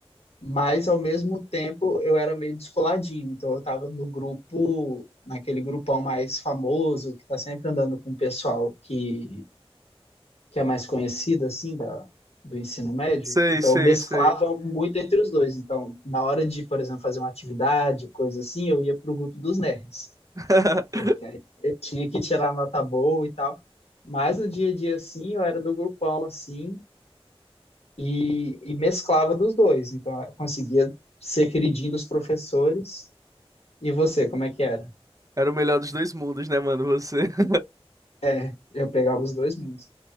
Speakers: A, on the left; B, on the right.
A: Mas, ao mesmo tempo, eu era meio descoladinho, então eu estava no grupo, naquele grupão mais famoso, que está sempre andando com o pessoal que que é a mais conhecida, assim, da, do ensino médio.
B: Sei,
A: Então,
B: sei,
A: eu mesclava
B: sei.
A: muito entre os dois. Então, na hora de, por exemplo, fazer uma atividade, coisa assim, eu ia para o grupo dos nerds,
B: <laughs>
A: porque aí eu tinha que tirar nota boa e tal. Mas no dia a dia, assim, eu era do grupão, assim, e, e mesclava dos dois. Então, eu conseguia ser queridinho dos professores. E você, como é que era?
B: Era o melhor dos dois mundos, né, mano? Você. <laughs>
A: É, eu pegava os dois mundos.